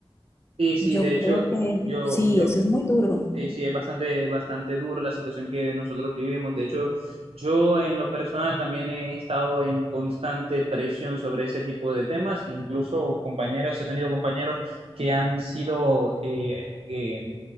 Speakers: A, on the right; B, on the left.
A: Sí, sí,
B: Yo
A: de
B: creo
A: hecho,
B: que
A: yo,
B: sí,
A: yo
B: eso es muy duro.
A: Sí, sí, es bastante, bastante duro la situación que nosotros vivimos. De hecho, yo en lo personal también he estado en constante presión sobre ese tipo de temas. Incluso compañeros, he tenido compañeros que han sido eh, eh,